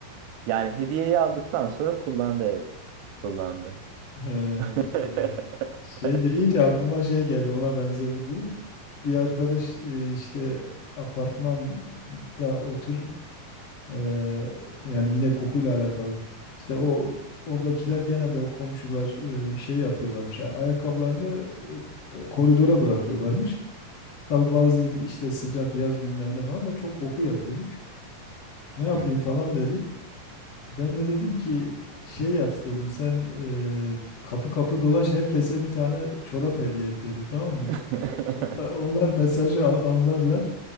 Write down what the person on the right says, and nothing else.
Yani hediyeyi aldıktan sonra kullandı evet. Kullandı.
<laughs>
Hı hı.
<laughs>